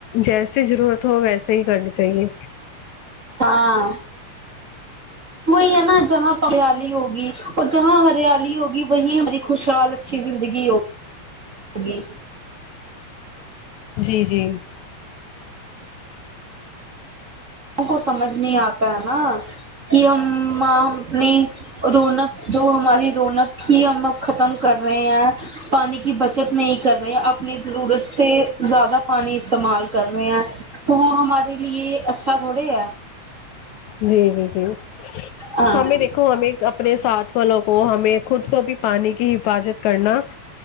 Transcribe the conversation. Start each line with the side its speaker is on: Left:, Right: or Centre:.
Left: جیسے ضرورت تو ویسے ہی کرنی چاہیے
Right: ہاں وہی ہے نا جہاں پیالی ہوگی اور جہاں ہریالی ہوگی وہیں ہماری خوشحال اچھی زندگی ہوگی ہوگی
Left: جی جی
Right: ہم کو سمجھ نہیں آتا ہے نا کہ ہم مامنے رونق جو ہماری رونق تھی ہم وہ ختم کر رہے ہیں پانی کی بچت نہیں کر رے ہیں اپنی ضرورت سے زیادہ پانی استعمال کر رہے ہیں تو وہ ہمارے لیے اچھا تھوڑی ہے
Left: جی جی جی
Right: ہاں
Left: ہمہیں دیکھ کو ہمیں اپنے ساتھ والوں کو ہمیں خود کو بھی پانی کی حفاظت کرنا